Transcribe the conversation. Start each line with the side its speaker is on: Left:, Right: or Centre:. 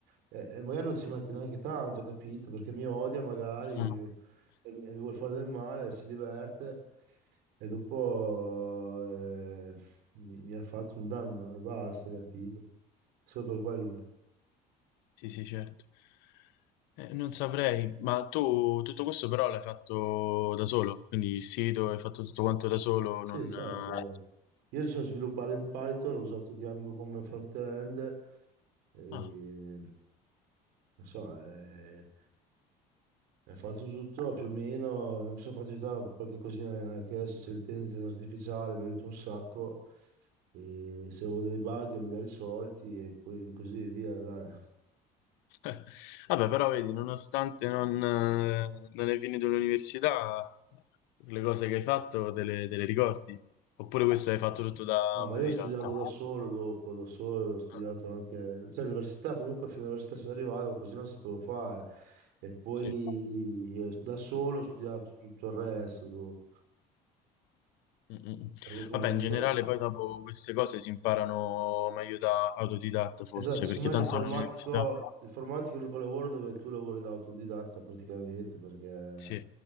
Right: e, e magari non ci mette neanche tanto, capito? Perché mi odia magari
Left: Mhm.
Right: e mi, e mi vuole fare del male, si diverte. E dopo eh, mi, mi ha fatto un danno e basta, capito? Solo per quello.
Left: Sì, sì, certo. Eh, non saprei, ma tu tutto questo però l'hai fatto da solo, quindi il sito hai fatto tutto quanto da solo,
Right: Sì,
Left: non...
Right: certo.
Left: eh,
Right: Io so sviluppare in Python, ho usato Django come front-end, e,
Left: ah.
Right: non so, eh, mi ha fatto tutto più o meno, eh, mi sono fatto aiutare un qualche cosina che adesso c'è l'intelligenza artificiale, mi aiuta un sacco, e se avevo delle bug me le ha risolti e poi così via, dai.
Left: <laughs> Vabbè, però vedi, nonostante non, eh, non hai finito l'università, le cose che hai fatto te le, te le ricordi? Oppure questo hai fatto tutto da
Right: No,
Left: autodidatta?
Right: ma io ho studiato da solo dopo, da solo, ho studiato
Left: Eh,
Right: anche, cioè l'università comunque fino all'università sono arrivato, così non sapevo fare. E poi
Left: Sì.
Right: io da solo ho studiato tutto il resto, dopo.
Left: Mm, mm, mm.
Right: Perché comunque,
Left: Vabbè, in generale poi dopo queste cose si imparano meglio da autodidatta forse,
Right: esatto, secondo
Left: perché
Right: me
Left: tanto
Right: l'informatico,
Left: all'università...
Right: l'informatico è l'unico lavoro dove tu lavori da autodidatta praticamente, perché
Left: Sì,